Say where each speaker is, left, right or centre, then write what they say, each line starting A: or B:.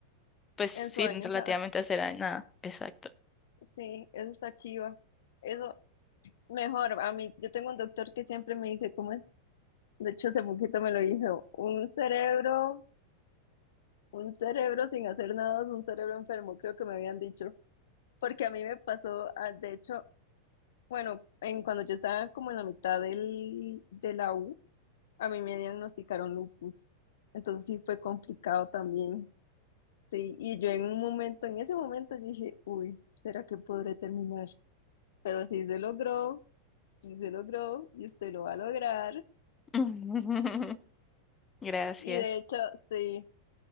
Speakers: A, on the left; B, on the left.
A: pues sin
B: en su año
A: relativamente
B: sabático.
A: hacer a- nada. Exacto.
B: Sí, eso está chiva. Eso, Mejor, a mí, yo tengo un doctor que siempre me dice, ¿cómo es? De hecho, hace poquito me lo dijo, un cerebro, un cerebro sin hacer nada, es un cerebro enfermo, creo que me habían dicho, porque a mí me pasó, ah, de hecho, bueno, en cuando yo estaba como en la mitad del, de la U, a mí me diagnosticaron lupus, entonces sí fue complicado también, sí, y yo en un momento, en ese momento yo dije, uy, ¿será que podré terminar? Pero sí se logró, sí se logró, y usted lo va a lograr.
A: <laughs> Gracias.
B: Y de hecho, sí,